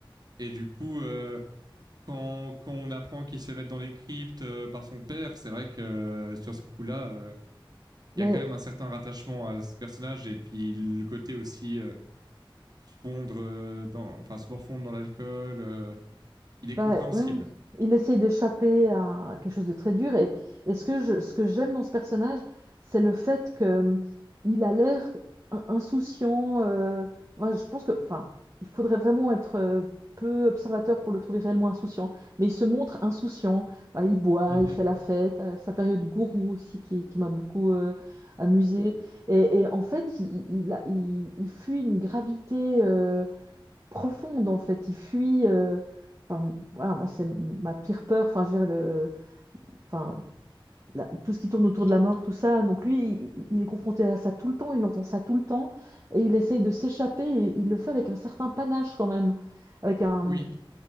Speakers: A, on the right; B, on the right.
A: Et du coup, euh, quand quand on apprend qu'il se fait mettre dans les cryptes euh, par son père, c'est vrai que euh, sur ce coup-là, euh, il
B: Mais
A: y a quand même un certain rattachement à ce personnage et puis le côté aussi euh, se fondre euh, dans, enfin se morfondre dans l'alcool, euh, il est
B: Bah
A: compréhensible.
B: ouais, il essaye d'échapper à quelque chose de très dur. Et, et ce que je, ce que j'aime dans ce personnage, c'est le fait que hum, il a l'air in- insouciant. euh, ouais, je pense que, enfin, il faudrait vraiment être euh, peu observateur pour le trouver réellement insouciant. Mais il se montre insouciant. Bah, il boit,
A: Mhm.
B: il fait la fête. euh, sa période gourou aussi qui, qui m'a beaucoup euh, amusée. Et, et en fait, il, il, il a- il- il fuit une gravité. euh, profonde en fait. Il fuit. euh, enfin, voilà, moi c'est ma pire peur. Enfin, je veux dire le, enfin la- tout ce qui tourne autour de la mort, tout ça. Donc lui, il, il est confronté à ça tout le temps. Il entend ça tout le temps et il essaye de s'échapper. Et il le fait avec un certain panache quand même, avec un
A: Oui,